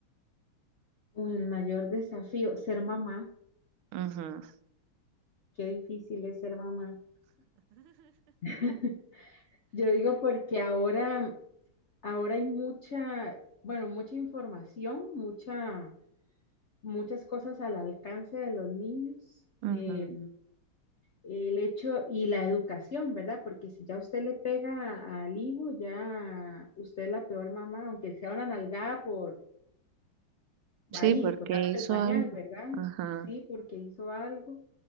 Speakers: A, on the left; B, on the right.
A: El mayor desafío, ser mamá.
B: Ujú,
A: qué difícil es ser mamá. <laughs> Yo digo porque ahora, ahora hay mucha, bueno, mucha información, mucha, muchas cosas al alcance de los niños.
B: ujú.
A: eh, el hecho y la educación, ¿verdad? Porque si ya usted le pega al hijo, ya usted es la peor mamá, aunque sea una nalgada por
B: Sí,
A: ahí,
B: porque
A: tocando
B: hizo
A: el pañal,
B: algo.
A: ¿verdad?
B: Ajá,
A: Sí, porque hizo algo.